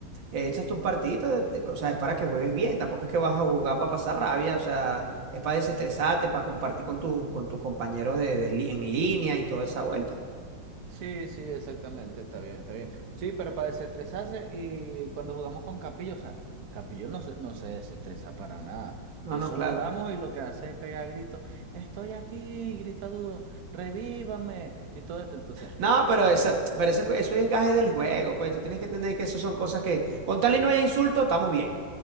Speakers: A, on the right; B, on the right.
A: eh, echas tus partiditas, de- de- o sea, es para que juegues bien. Tampoco es que vas a jugar para pasar rabia, o sea, es para desestresarte, para compartir con tus, con tus compañeros de, de li- en línea y toda esa vuelta.
B: Sí, sí, exactamente, está bien, está bien. Sí, pero para desestresarse y cuando jugamos con Capillo, o sea, Capillo no se, no se desestresa para nada.
A: No,
B: Eso
A: no, claro.
B: jugamos y lo que hace es pegar gritos, estoy aquí, grita duro, revívame y todo esto. Entonces,
A: No, pero, esa- pero eso, eso es gaje del juego, pues tú tienes que entender que eso son cosas que, con tal y no haya insultos, estamos bien.